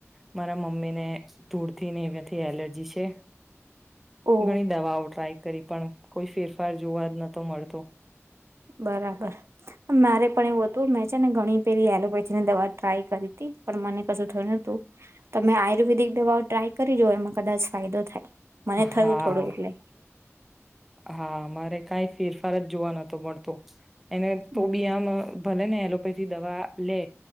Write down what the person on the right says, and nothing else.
ઓ
બરાબર મારે પણ એવું હતું મેં છે ને ઘણી. પેલી એલોપેથી ની દવા ટ્રાય કરી હતી પણ મને કશું થયું નતું તમે આયુર્વેદિક દવાઓ ટ્રાય કરી જોઑ એમાં કદાચ ફાયદો થાય. મને થયું
થોડું એટલે.
હમ